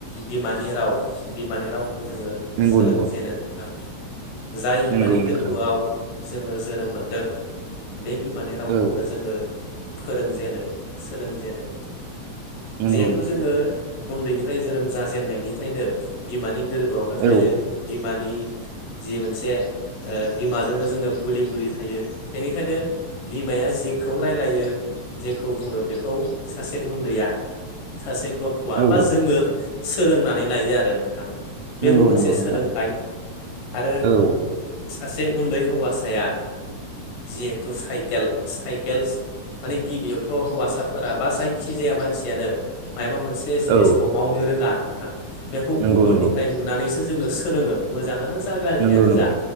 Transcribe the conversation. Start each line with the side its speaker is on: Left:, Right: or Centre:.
Left: बिमानि राव, बिमानि रावखो जोङो
Right: नंगौ
Left: सोलोंजेनो
Right: नंगौ
Left: नोंथां। जाय बिमानि
Right: नंगौ
Left: गोरबोआव
Right: नोंथां
Left: जोङो जोनोम मोनदों। बे बिमानि रावखौनो
Right: औ
Left: जोङो फोरोंजेनो सोलोंजेनो।
Right: नंगौ
Left: जिहेथु
Right: नोंथां
Left: जोङो उन्दैनिफ्राय जोनोम जाजेननायनिफ्रायनो बिमानि गोरब। बावनो थायो
Right: औ
Left: बिमानि जि मोनसे। ओ बिमाजोंनो जोङो गुलि-गुलि थायो बेनिखायनो। बिमाया जेखौ रायलायो जेखौ बुङो बेखौ सासे उन्दैया। सासे गथ। थ'आ
Right: औ
Left: बा जोङो सोलोंनानै लायो आरो नोंथां बेबो
Right: नंगौ
Left: मोनसे
Right: नंगौ नोंथां
Left: सोलोंथाइ। आरो
Right: औ
Left: सासे उन्दै हौवासाया जिहेतु साइकेल। साइकेल माने गिबियावथ' हौवासाफोरा बा जायखि जाया मानसियानो मायबा मोन। जिनिसखौ
Right: औ
Left: मावनो रोङा नोंथां बेखौ
Right: नंगौ
Left: गुबुननिफ्राय
Right: नंगौ
Left: नुनानैसो जोङो सो। लोङो मोजाङानो जा गाज्रियानो
Right: नंगौ नंगौ
Left: जा